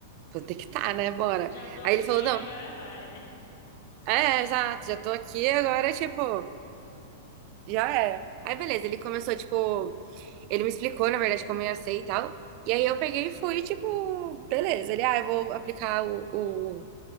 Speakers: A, on the right; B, on the left.
A: vou ter que estar, tá, né? Bora.
B: Já tô
A: Aí
B: aqui,
A: ele falou, não.
B: agora vai, né?
A: É, exato, já tô aqui agora, tipo, já era. Aí, beleza, ele começou, tipo, ele me explicou, na verdade, como eu ia ser e tal. E aí eu peguei e fui, tipo, beleza. Ele, ah, eu vou aplicar o, o,